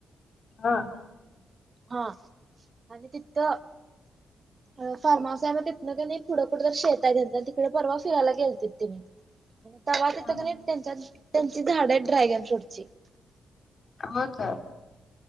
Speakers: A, on the left; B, on the right.
A: हा.
B: हा, आणि तिथं फार्म हाऊस आय म तीथनं क नाय पुढं कुठं तरी शेत आय त्यांच तिकडे परवा फिरायला गेलतेत तेनी. तवा तीथं
A: हा.
B: क नी त्यांच्या त्यांची झाडं हायत ड्रॅगन फ्रूटची.
A: हो का.